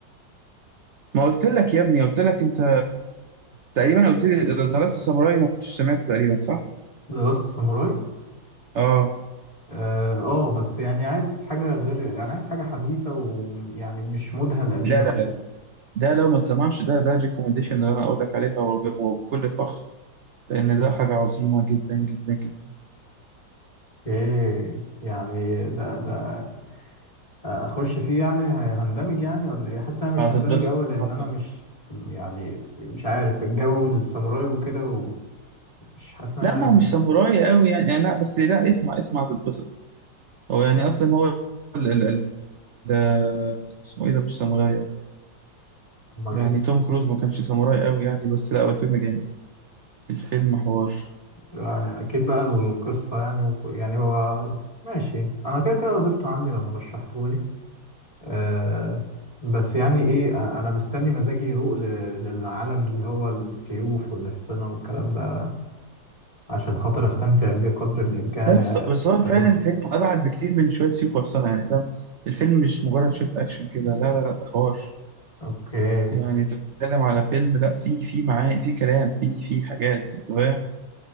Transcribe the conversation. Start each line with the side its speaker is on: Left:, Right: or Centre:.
Right: ما قلت لك يا ابني قلت لك انت تقريبا قلت لي اذا زرعت ساموراي ما كنتش سمعته تقريبا صح؟
Left: ذا لاست ساموراي
Right: اه
Left: اه آه، بس يعني عايز حاجه غير يعني عايز حاجه حديثه ويعني مش مودها القديم
Right: لا لا
Left: كده
Right: لا ده لو ما تسمعش ده ده الريكومنديشن اللي انا اقول لك عليها وب- وبكل فخر لان ده حاجه عظيمه جدا جدا جدا
Left: اوكي يعني ده ده اخش فيه يعني هي- هندمج يعني ولا ايه حاسس انا مش
Right: هتتبسط
Left: هندمج قوي لان
Right: هتتبسط.
Left: انا مش يعني مش عارف الجو الساموراي وكده ومش حاسس إن
Right: لا
Left: انا
Right: ما هو مش
Left: يعني
Right: ساموراي قوي يعني يعني لا بس لا اسمع اسمع هتتبسط هو يعني اصلا هو ال ال ال ال- اسمه ايه ده مش ساموراي يعني
Left: امال
Right: يعني
Left: ايه
Right: توم كروز ما كانش ساموراي قوي يعني بس لا هو الفيلم جامد الفيلم حوار
Left: يعني اكيد بقى القصه يعني وك... يعني هو ماشي انا كده كده ضفته عندي لما رشحته لي أه بس يعني ايه أ- انا مستني مزاجي يروق ل... للعالم اللي هو السيوف والحصنه والكلام ده عشان خاطر استمتع بيه قدر الامكان
Right: لا
Left: يعني
Right: بس بس هو
Left: تجربه
Right: فعلا الفيلم أبعد بكتير من شوية سيف وحصانة يعني فاهم الفيلم مش مجرد شوية أكشن كده لا لا لا ده حوار
Left: اوكي
Right: يعني أنت بتتكلم على فيلم لا في في معاه في كلام في في حاجات أنت فاهم